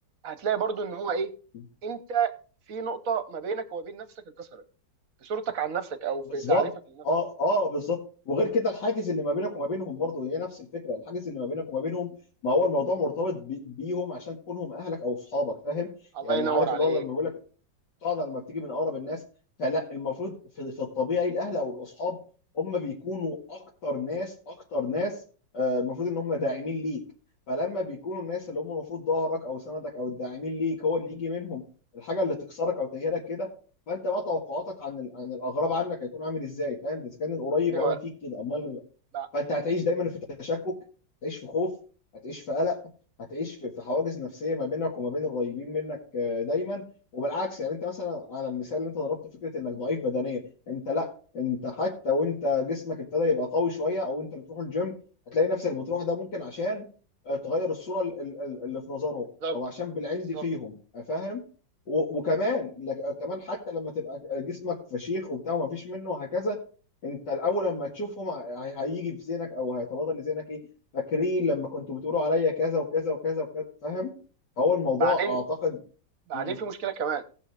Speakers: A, on the right; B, on the left.
A: هتلاقي برضو ان هو ايه
B: مم.
A: انت في نقطة ما بينك وما بين نفسك اتكسرت في صورتك عن نفسك او في
B: بالظبط
A: تعريفك لنفسك
B: اه اه بالظبط وغير كده الحاجز اللي ما بينك وما بينهم برضه هي نفس الفكره الحاجز اللي ما بينك وما بينهم ما هو الموضوع مرتبط بي- بيهم عشان تكونهم اهلك او اصحابك فاهم
A: الله
B: يعني
A: ينور
B: عارف
A: عليك
B: اللي هو لما بيقول لك قاعده لما بتيجي من اقرب الناس فلا المفروض في, في الطبيعي الاهل او الاصحاب هم بيكونوا اكتر ناس اكتر ناس آه، المفروض ان هم داعمين ليك فلما بيكونوا الناس اللي هم المفروض ظهرك او سندك او الداعمين ليك هو اللي يجي منهم الحاجه اللي تكسرك او تهيرك كده فانت بقى توقعاتك عن ال- عن الاغراب عنك هيكون عامل ازاي فاهم اذا كان القريب
A: ايوه
B: عمل فيك كده امال
A: بع-
B: فانت هتعيش دايما في تشكك هتعيش في خوف هتعيش في قلق هتعيش في في حواجز نفسيه ما بينك وما بين القريبين منك آه، دايما وبالعكس يعني انت مثلا على المثال اللي انت ضربته فكره انك ضعيف بدنيا انت لا انت حتى وانت جسمك ابتدى يبقى قوي شويه او انت بتروح الجيم هتلاقي نفسك بتروح ده ممكن عشان آه، تغير الصوره ال- ال- ال- اللي في نظرهم
A: بالظبط
B: او عشان بالعين
A: بالظبط
B: دي فيهم آه، فاهم و- وكمان لك- آه، كمان حتى لما تبقى جسمك فشيخ وبتاع وما فيش منه وهكذا انت الاول لما تشوفهم هي- هيجي في ذهنك او هيتبادر لذهنك ايه فاكرين لما كنتوا بتقولوا عليا كذا وكذا وكذا وكذا فاهم فهو الموضوع
A: بعدين
B: اعتقد
A: بعدين
B: مم،
A: في مشكلة كمان